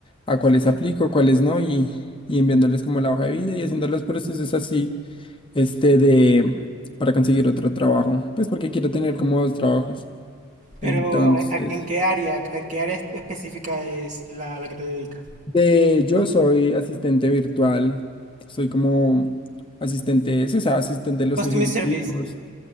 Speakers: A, on the left; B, on the right.
A: a cuáles aplico, cuáles no y, y enviándoles como la hoja de vida y haciendo los procesos así este de para conseguir otro trabajo, pues porque quiero tener como dos trabajos. Entonces...
B: Pero, ¿a- a- ¿en qué área? ¿A qué área espe- específica es la, la que te dedicas?
A: De, yo soy asistente virtual, soy como asistente, sí, o sea, asistente de los
B: Customer
A: ejecutivos,
B: Service.